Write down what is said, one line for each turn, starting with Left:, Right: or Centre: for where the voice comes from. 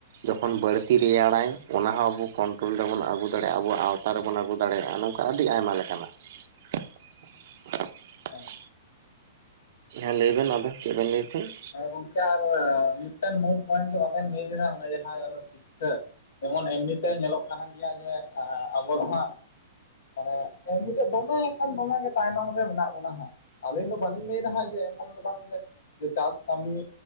Right: ᱡᱚᱠᱷᱚᱱ ᱵᱟᱹᱲᱛᱤ ᱨᱮᱭᱟᱲᱟᱭ, ᱚᱱᱟ ᱦᱚᱸᱚᱸ ᱟᱵᱚ ᱠᱚᱱᱴᱨᱳᱞ ᱨᱮᱵᱚᱱ ᱟᱹᱜᱩ ᱟᱹ ᱫᱟᱲᱮᱼᱟ ᱟᱵᱚ ᱟᱣᱛᱟ ᱨᱮᱵᱚᱱ ᱟᱹᱜᱩ ᱫᱟᱲᱮᱭᱟᱜᱼᱟ, ᱱᱚᱝᱠᱟ ᱟᱹᱰᱤ ᱟᱭᱢᱟ ᱞᱮᱠᱟᱱᱟᱜ, <unintelligible>
Left: ᱦᱮᱸ
Right: ᱦᱮᱸ ᱞᱟᱹᱭᱵᱱ ᱟᱫᱚ, ᱪᱮᱫ ᱵᱮᱱ ᱞᱟᱹᱭ ᱛᱟᱦᱮᱸᱱ?
Left: ᱦᱮᱸ ᱜᱚᱝᱠᱮ ᱟᱨ ᱢᱤᱫᱴᱮᱱ ᱢᱩᱞ ᱯᱚᱭᱮᱱᱴ ᱫᱚ ᱵᱟᱵᱮᱱ ᱞᱟᱹᱭ ᱞᱮᱫᱟ, ᱚᱱᱟ ᱡᱟᱦᱟᱸ ᱥᱤᱠᱷᱷᱟ ᱡᱮᱢᱚᱱ ᱮᱢᱱᱤ ᱛᱮ ᱧᱮᱞᱚᱜ ᱠᱟᱱᱟ ᱜᱮᱭᱟ, ᱡᱮ ᱟᱵᱚ ᱫᱚ ᱦᱟᱸᱜ ᱢᱟᱱᱮ ᱮᱢᱱᱤ ᱛᱮ, ᱫᱚᱢᱮ ᱮ ᱠᱷᱟᱱ ᱫᱚᱢᱮ ᱜᱮ ᱛᱟᱭᱱᱚᱢ ᱨᱮ ᱢᱮᱱᱟᱜ ᱵᱚᱱᱟ ᱦᱟᱜ, ᱟᱞᱤᱧ ᱫᱚ ᱵᱟᱹᱞᱤᱧ ᱞᱟᱹᱭᱮᱫᱟ ᱦᱞᱜ ᱡᱮ, ᱮᱢᱚᱱ ᱫᱚ ᱵᱟᱝ ᱡᱮ ᱪᱟᱥ ᱠᱟᱹᱢᱤ